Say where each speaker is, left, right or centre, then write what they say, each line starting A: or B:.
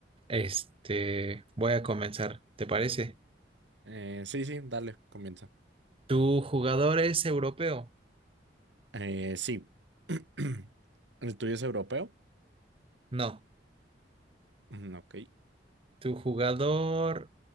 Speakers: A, on the right; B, on the right.
A: este, voy a comenzar, ¿te parece?
B: Eh, sí, sí, dale, comienza.
A: ¿Tu jugador es europeo?
B: Eh, sí. <clears throat> ¿El tuyo es europeo?
A: No.
B: Mm, Ok,
A: ¿Tu jugador